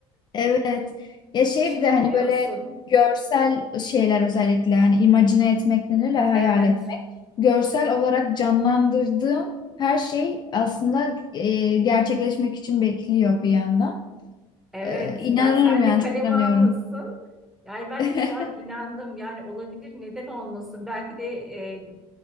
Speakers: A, on the left; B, in the centre.
A: Evet. Ya şey
B: <laughs> Düşünebiliyor
A: bir de hani böyle
B: musun?
A: görsel şeyler özellikle hani imagine etmek denir ya hayal
B: Evet.
A: etmek. Görsel olarak canlandırdığım her şey aslında e, gerçekleşmek için bekliyor bir yandan.
B: Evet.
A: E, inanıyorum
B: Yani sen
A: yani
B: de kaleme
A: çok inanıyorum.
B: almışsın. Yani ben
A: <laughs>
B: de şu an inandım. Yani olabilir. Neden olmasın? Belki de